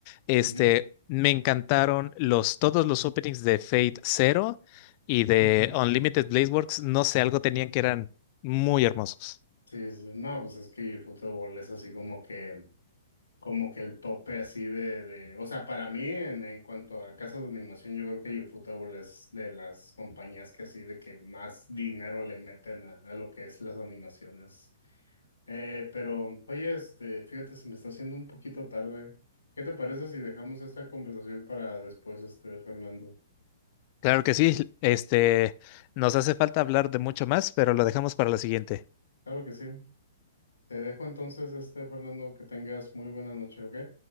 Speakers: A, on the left (about 40°); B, on the left (about 80°).
A: este,
B: ujú,
A: me encantaron los, todos los openings de Fate Zero y de
B: ujú.
A: Unlimited Blade Works. No sé, algo tenían que eran muy hermosos.
B: Sí, sí. sí. No, pues es que eFootball es así como que. como que el tope así de, de, o sea, para mí en, en cuanto a casas de animación, yo creo que Ufotable es de las compañías que así de que más dinero le meten a, a lo que es las animaciones. Eh, pero, oye, este, fíjate, se me está haciendo un poquito tarde. ¿Qué te parece si dejamos esta conversación para después, este, Fernando?
A: Claro que sí, este, nos hace falta hablar de mucho más, pero lo dejamos para la siguiente.
B: Claro que sí. Te dejo entonces, este, Fernando, que tengas muy buena noche, ¿ok?